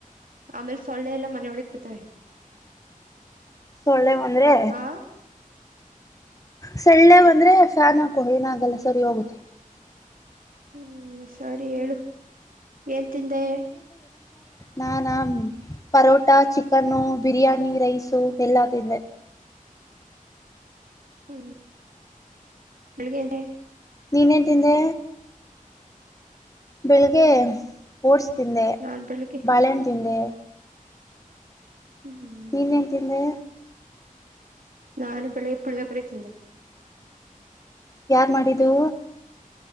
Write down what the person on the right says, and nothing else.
ಆಮೇಲೆ ಸೊಳ್ಳ ಎಲ್ಲ ಮನೆಯ ಒಳಿಗೆ ಬತ್ತವೆ
ಆ
ಹೂ ಸರಿ ಹೇಳು ಏನ್ ತಿಂದೆ
ಹೂ ಬೆಳ್ಳಗೆ
ನಾನ್ ಬೆಳಿಗ್ಗೆ
ಹ್ಮ್
ನಾನು ಬೆಳಗ್ಗೆ ಪುಲೋಗ್ರೆ ತಿಂದೆ